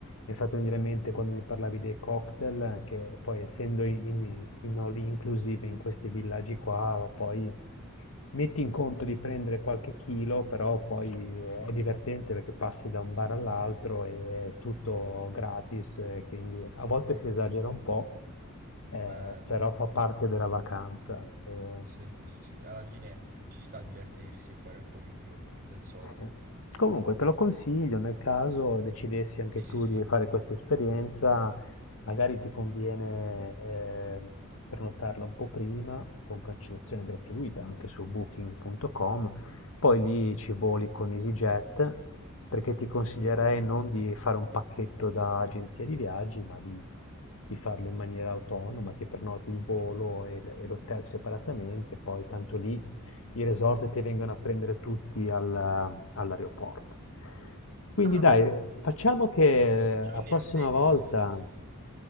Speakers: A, on the left (about 65°); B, on the right (about 40°).
A: Mi hai fatto venire in mente quando mi parlavi dei cocktail, che poi essendo in, in all inclusive in questi villaggi qua, poi metti in conto di prendere qualche chilo, però poi è divertente perché passi da un bar all'altro e è tutto gratis, eh, quindi a volte si esagera un po', eh,
B: Bello.
A: però fa parte della vacanza. eh.
B: Sì, sì, sì, sì. Alla fine ci sta a divertirsi e fare un po' di più del solito.
A: Sì. Comunque te lo consiglio nel caso decidessi anche
B: Sì,
A: tu
B: sì, sì.
A: di fare questa esperienza, magari ti conviene eh, prenotarla un po' prima con cancellazione gratuita anche su booking.com, poi lì ci voli con EasyJet perché ti consiglierei
B: Mhm.
A: non di fare un pacchetto da agenzia di viaggi, ma di, di farlo in maniera autonoma, ti prenoti il volo e, e l'hotel separatamente, poi tanto lì i resort ti vengono a prendere tutti alla- all'aeroporto. Quindi
B: Ah,
A: dai, eh, facciamo che
B: cioè
A: eh, la
B: quindi
A: prossima
B: non devi...
A: volta,